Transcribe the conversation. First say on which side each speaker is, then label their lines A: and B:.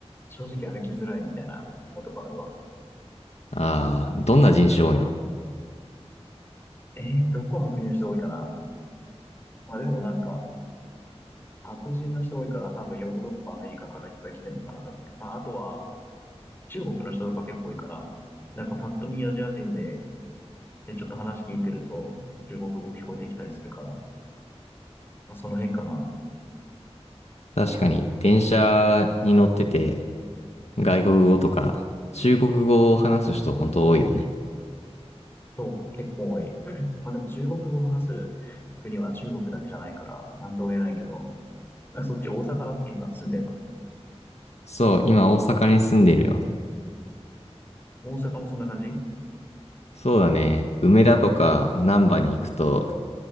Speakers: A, on the left (about 20°); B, on the left (about 75°).
A: 正直歩きづらいみたいな思とこあるわ。
B: ああ、どんな人種多いの
A: えー、どこの国の人多いかなまあでもなんか、白人の人多いから多分ヨーロッパ、アメリカからいっぱい来てんのかなと思うけど、まああとは中国の人とか結構多いかな。なんかパッと見アジア人で、で、ちょっと話聞いてると、中国語聞こえてきたりするから、まあ、その辺かな。
B: 確かに、電車に乗ってて、外国語とか、中国語を話す人本当多いよね。
A: そう、結構多い。<clears throat> まあでも中国語を話す国は中国だけじゃないから、なんとも言えないけど、まあそっち大阪だっけ今住んでるの。
B: そう、今大阪に住んでるよ。
A: 大阪もそんな感じ
B: そうだね。梅田とか難波に行くと、